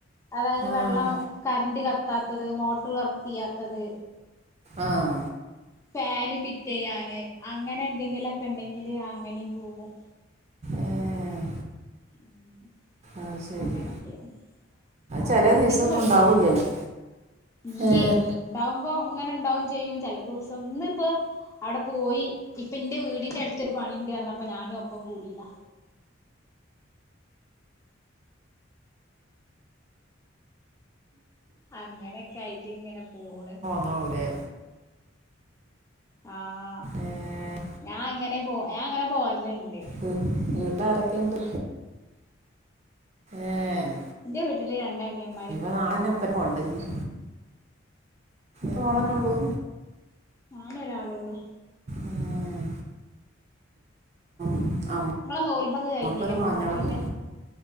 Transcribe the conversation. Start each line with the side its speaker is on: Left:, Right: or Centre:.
Left: അതായത്
Right: ആഹ്
Left: വെള്ളം കറന്റ് കത്താത്തത് മോട്ടർ വർക്ക് ചെയ്യാത്തത്
Right: ആഹ്
Left: ഫാന് ഫിറ്റ് ചെയ്യാന് അങ്ങനെ എന്തെങ്കിലുമൊക്കെ ഉണ്ടെങ്കില് അങ്ങനെയും പോകും
Right: ഏഹ്
Left: ഉം
Right: അത് ശരി
Left: അങ്ങനെയൊക്കെയാണ് അത്
Right: ചെല
Left: ഒറ്റക്ക്
Right: ദിവസൊന്നും
Left: പഠിച്ചതാ
Right: ഉണ്ടാവൂല്ലല്ലോ
Left: ഇല്ലേ
Right: ഏഹ്
Left: ഉണ്ടാവുമ്പോ അങ്ങനെ ഇണ്ടാവും ചെയ്യും ചില ദിവസം ഇന്ന് ഇപ്പൊ അവിടെ പോയി ഇപ്പ എന്റെ വീടിന്റെ അടുത്തൊരു പണിയുണ്ടായിരുന്നു അപ്പൊ ഞാനും ഒപ്പം കൂടീതാ അങ്ങനെയൊക്കെ ആയിട്ട് ഇങ്ങനെ പോണ്
Right: ആവൂല്ലെ
Left: ആഹ്
Right: ഏഹ്
Left: ഞാൻ അങ്ങനെ പോ ഞാൻ അങ്ങനെ പോവലുണ്ട്
Right: വീട്ട് വീട്ടിലാരൊക്കെയുണ്ട് ഏഹ്
Left: എന്റെ വീട്ടില് രണ്ടാനിയൻമാര്
Right: ഇനിപ്പം നാളന്നെ ഒപ്പം പോണ്ടല്ലേ മോളന്നെ ഉള്ളൂ
Left: ഞാന് ഒരാളേ ഉള്ളൂ
Right: ഏഹ് <unintelligible>
Left: നിങ്ങളെ നോയമ്പൊക്കെ
Right: അമ്മക്കൊരു
Left: കഴിഞ്ഞില്ലേ മുഹറത്തിന്റെ
Right: മഞ്ഞള കു